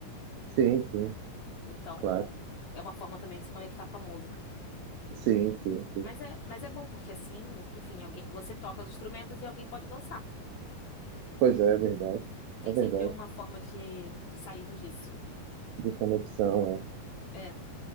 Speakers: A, on the right (about 75°); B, on the left (about 65°).
A: Sim, sim,
B: Então,
A: claro.
B: é uma forma também de se conectar com a música.
A: Sim, sim, sim.
B: Mas é, mas é bom porque assim, enfim, alguém, você toca os instrumentos e alguém pode dançar.
A: Pois é, é verdade.
B: Tem
A: É verdade.
B: sempre uma forma de, de sairmos disso.
A: De conexão, é.
B: É.